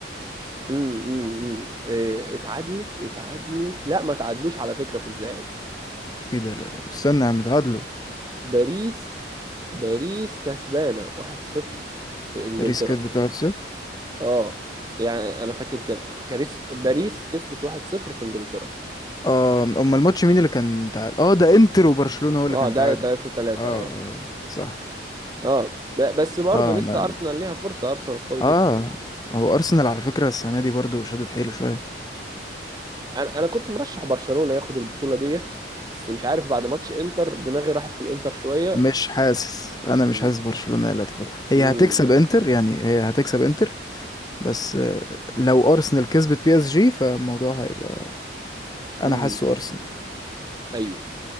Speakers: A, on the right (about 20°); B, on the left (about 20°).
A: امم امم إيه، اتعادلت اتعادلت لا ما تعادلوش على فكرة في الذهاب
B: ايه ده لا استنى يا عم اتعادلوا
A: باريس باريس كسبانة 1-0 في انجلترا
B: باريس كسبت 1-0
A: اه يعني انا فاكر كده كاريس باريس كسبت 1-0 في انجلترا
B: اه امال الماتش مين اللي كان تعادل اه ده انتر وبرشلونة هو اللي
A: اه
B: كان
A: ده
B: تعادل
A: 3-3
B: اه آه،
A: اه
B: صح
A: اه ب- بس برضه
B: اه
A: لسه
B: انا
A: ارسنال ليها فرصة ارسنال قوي
B: اه
A: جدا
B: هو ارسنال على فكرة السنة دي برضو شدت حيله شوية
A: انا انا كنت مرشح برشلونة ياخد البطولة ديت بس مش عارف بعد ماتش انتر دماغي راحت في الانتر شوية
B: مش حاسس انا مش
A: امم
B: حاسس برشلونة هي اللي هتاخدها هي
A: امم
B: هتكسب انتر يعني هي هتكسب انتر بس آه، لو ارسنال كسبت بي اس جي فالموضوع هيبقى
A: امم
B: انا حاسه ارسنال
A: ايوه